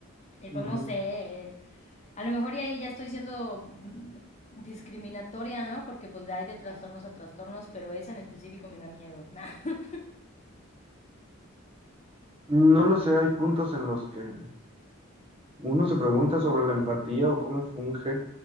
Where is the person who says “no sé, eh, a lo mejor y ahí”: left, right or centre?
Left